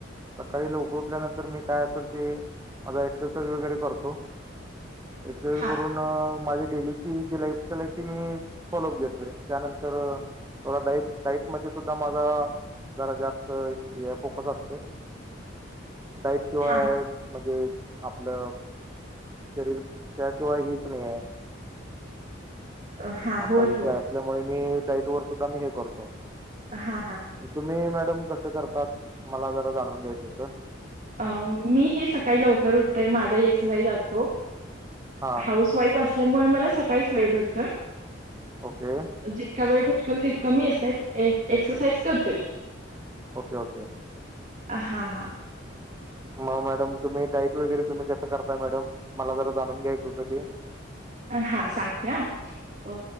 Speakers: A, on the right; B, on the right.
A: सकाळी लवकर उठल्यानंतर मी काय असेल ते माझा एक्सरसाइज वगैरे करतो. एक्स
B: हा
A: करून माझी डेलीची जी लाईफ त्याला त मी फॉलोअप घेतोय त्यानंतर थोडा डाई डाईटमध्येध्ये सुद्धा माझा जरा जास्त फोकस असतोय. डाईट शिवाय
B: हा
A: आहे.
B: हा
A: म्हणजे आपलं शरीर त्याशिवाय हच नाही आहे.
B: अ, हा
A: असा
B: होय
A: विषय
B: होय
A: असल्यामुळे मी डाईट वर सुद्धा मी हे करतो.
B: हा हा.
A: तुम्ही मॅडम कसं करतात मला जरा जाणून घ्यायचं होतं.
B: अ मी सकाळी लवकर उठतय माझा एक्सरसाइज असतो.
A: हां.
B: हाऊस स्ईप असल्यामुळे मला सकाळीच वेळ भेटत
A: ओके
B: जितका वेळ भिटकल तितका मी एक्स एक्सरसाईज करते.
A: Okay okay.
B: हा हा
A: मग मॅडम तुम्ही डाईट वगैरे तुम्ही कसं करताय मॅडम? मला जरा जाणून घ्यायचं होतं ते?
B: हा सांगते ह अ